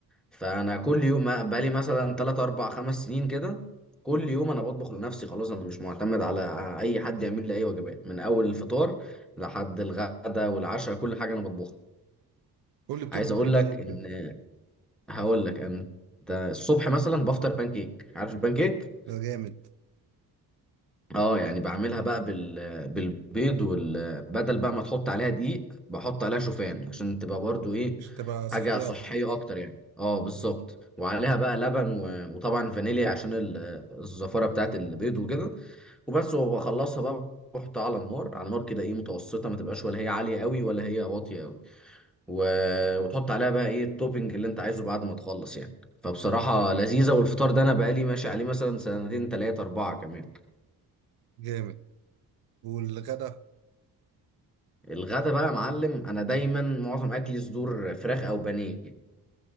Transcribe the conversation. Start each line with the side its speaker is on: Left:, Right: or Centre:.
Centre: فانا كل يوم بقالي مثلا 3 4 5 سنين كده كل يوم انا بطبخ لنفسي خلاص انا مش معتمد على اي حد يعمل لي اي وجبات من اول الفطار لحد الغدا والعشاء كل حاجه انا بطبخها
Right: قول لي بتطبخ
Centre: عايز اقول
Right: ايه طيب
Centre: لك ان
Right: كده
Centre: هقول لك انت الصبح مثلا بفطر بانكيك عارف البانكيك
Right: ده جامد
Centre: اه يعني بعملها بقى بال... بالبيض وال... بدل بقى ما تحط عليها دقيق بحط عليها شوفان عشان تبقى برضو ايه
Right: عشان تبقى صحيه
Centre: حاجة صحية
Right: اكتر
Centre: اكتر يعني اه بالظبط وعليها بقى لبن و... وطبعا فانيليا عشان ال... الزفارة بتاعت البيض وكده وبس وبخلصها بقى بحطها على النار على نار كده ايه متوسطة ما تبقاش ولا هي عالية قوي ولا هي واطية قوي و... وتحط عليها بقى ايه التوبينج اللي انت عايزه بعد ما تخلص يعني فبصراحة لذيذة والفطار ده انا بقالي ماشي عليه مثلا سنتين تلاتة اربعة كمان
Right: جامد والغدا
Centre: الغدا بقى يا معلم انا دايما معظم اكلي صدور فراخ او بانيه